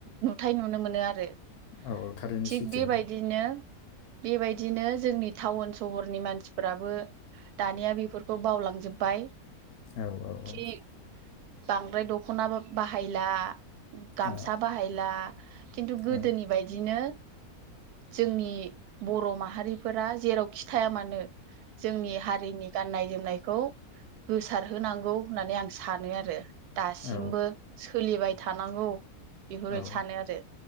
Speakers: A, on the right; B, on the left.
A: नुथाय नुनो मोनो आरो ।
B: औ औ थारैनो
A: थिग
B: सैथो
A: बेबायदिनो बेबायदिनो जोंनि टाउन सहरनि मानसिफोराबो दानिया बेफोरखौ बावलांजोब्बाय
B: औ औ
A: खि
B: औ।
A: बांद्राय दखना बाहायला गामसा
B: औ
A: बाहायला खिन्थु गोदोनि
B: औ
A: बायदिनो जोंनि बर' माहारिफोरा जेरावखिथाया मानो जोंनि हारिनि गाननाय जोमनायखौ गोसारहोनांगौ होननानै आं सानो आरो। रो दासिमबो
B: औ
A: सोलिबाय थानांगौ बेफोरबादि
B: औ
A: सानो आरो